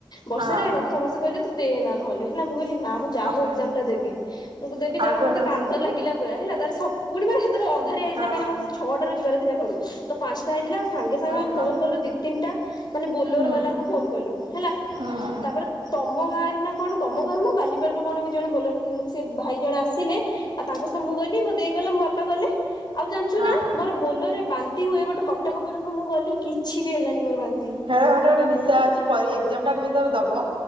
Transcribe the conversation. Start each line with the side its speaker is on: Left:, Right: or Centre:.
Left: ବର୍ଷାରେ
Right: ହଁ
Left: ମତେ ସମସ୍ତେ କହିଲେ ତୁ ଦେନା ନହେଲେ ହେଲା ମୁଁ କହିଲି ନା ମୁଁ ଯା
Right: ହଁ।
Left: ହଉ ଏଗଜାମ ଟା ଦେବି ମୁଁ ଦେବି ତାପରେ
Right: ଆଉ କଣ
Left: ମତେ କାନ୍ଦ ଲାଗିଲା ପୁରା ହେଲା ତାରେ ସ ପୁଣି ମର ହେଥେରେ ଅଂ ହେଇଥିଲା
Right: ହଁ
Left: କାହିଁକିନା ମୋତେ ଛଅଟାରୁ ଯିବାର ଥିଲା ଘରୁ ତ ପାଞ୍ଚଟା ହେଇଥିଲା ସାଙ୍ଗେ ସାଙ୍ଗେ
Right: ହଁ
Left: ଆମେ
Right: ହଁ
Left: ଫୋନ କଲୁ ଦି ତିନିଟା ମାନେ ବୋଲୋର
Right: ହୁଁ
Left: ବାଲାଙ୍କୁ ଫୋନ କଲୁ ହେଲା
Right: ହୁଁ ହଁ।
Left: ତାପରେ ତମ ଗାଁରୁ ନା କଣ ତମ ଗାଁରୁ ନା ବାଲିପାଲରୁ କଣ ଜଣେ ବୋଲର ସେ ଭାଇ ଜଣେ ଆସିଲେ ଆଉ ତାଙ୍କ ସହ ମୁଁ ଗଲି ମୋ ଦେଇ ଗଲା ମୋ ବାପା ଗଲେ ଆଉ ଜାଣିଛୁ
Right: ହଁ
Left: ନା ମୋର ବୋଲରରେ ବାନ୍ତି ହୁଏ ବଟ କଟକ ପର୍ଯ୍ୟନ୍ତ ମୁଁ ଗଲି କିଛି ବି ହେଲାନି ମୋର ବାନ୍ତି।
Right: ହେରା ଗୋଟେ ନିଶା ଅଛି ପରେ ଏଜାମ ଟା କେମିତି ତମେ ଦବ।